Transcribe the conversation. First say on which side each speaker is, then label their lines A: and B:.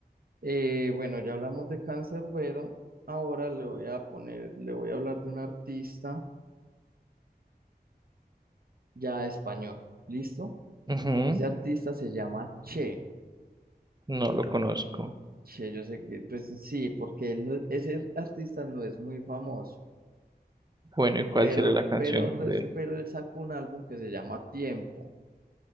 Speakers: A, on the right (about 60°); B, on the right (about 25°).
A: Eh, bueno, ya hablamos de Canserbero. Ahora le voy a poner, le voy a hablar de un artista ya español. ¿Listo?
B: Ujú,
A: Ese artista se llama Che.
B: No lo conozco.
A: Che, yo sé que, pues sí, porque él no- ese artista no es muy famoso,
B: Bueno, ¿y cuál
A: pero,
B: sería la canción
A: pero,
B: de
A: res-
B: él?
A: pero él sacó un álbum que se llama Tiempo. O